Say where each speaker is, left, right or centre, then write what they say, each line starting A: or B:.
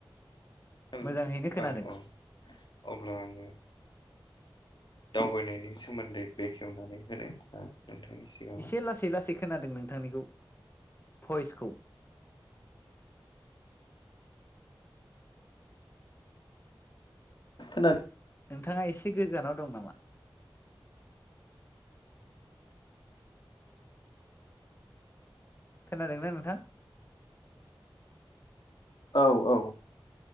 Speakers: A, on the left; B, on the left.
A: औ
B: मोजाङैनो खोनादों
A: औ अब्ला आङो दावबायनायनि सोमोन्दै बेखेवनानै होनो नोंथांनि सिगाङाव
B: इसे लासै लासै खोनादों नोंथांनिखौ भइसखौ।
A: खोना
B: नोंथाङा एसे गोजानाव दं नामा। खोनादोंना नोंथां?
A: औ औ।